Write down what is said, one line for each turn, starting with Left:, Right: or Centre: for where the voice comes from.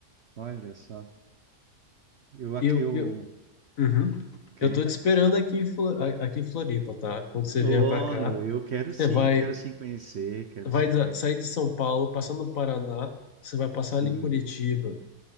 Right: olha só. Eu, ac-
Left: E Eu,
Right: eu,
Left: eu, uhum.
Right: ok.
Left: Eu tô te esperando aqui em, Flo- a- aqui em Floripa, tá? Quando você
Right: Oh,
Left: vier pra cá,
Right: meu, eu quero
Left: você
Right: sim,
Left: vai,
Right: quero sim conhecer, quero
Left: vai
Right: sim
Left: sa-
Right: conhecer.
Left: sair de São Paulo, passar no Paraná, você vai passar
Right: Sim,
Left: ali em Curitiba.